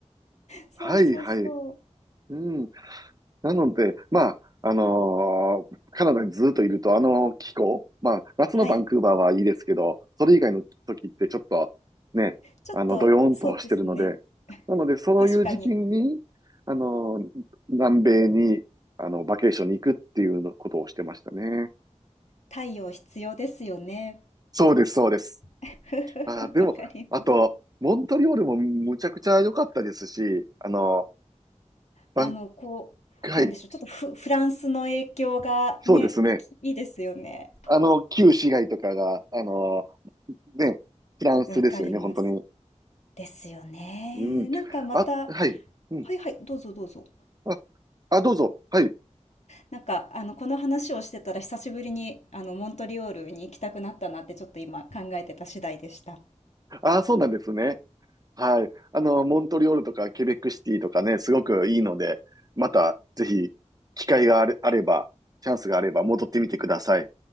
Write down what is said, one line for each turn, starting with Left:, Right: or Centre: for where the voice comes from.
Left: そうそうそう。
Right: はい、はい。うん。なので、まあ、あのーカナダにずっといると、あの気候、まあ、夏のバンクーバーはいいですけど、
Left: はい。
Right: それ以外の時ってちょっと、ね、
Left: ちょっと、
Right: あの、ドヨーンとしてるので、
Left: そうですね。
Right: なので、そういう時期に、
Left: 確かに、
Right: あのー南米に、あの、バケーションに行くっていうのことをしてましたね。
Left: 太陽必要ですよね。
Right: そうです、そうです。
Left: <laughs>
Right: あー、でも、
Left: わかります。
Right: あと、モントリオールもむちゃくちゃ良かったですし、あの、バン、
Left: あの、こう、
Right: はい、
Left: なんでしょう、ちょっとフ、フランスの影響がね、
Right: そうですね。
Left: いいですよね。
Right: あの、旧市街とかが、あのね、フランスですよね、
Left: わかります。
Right: 本当に。
Left: ですよね。
Right: うん。
Left: なんかまた、
Right: あ、はい。うん。
Left: はいはい、どうぞどうぞ。
Right: あ、あ、どうぞ。はい。
Left: なんか、あの、この話をしてたら久しぶりに、あの、モントリオールに行きたくなったなってちょっと今考えてた次第でした。
Right: あ、そうなんですね。はい。あの、モントリオールとかケベックシティとかね、すごくいいので、また、ぜひ、機会があれ、あれば、チャンスがあれば、戻ってみてください。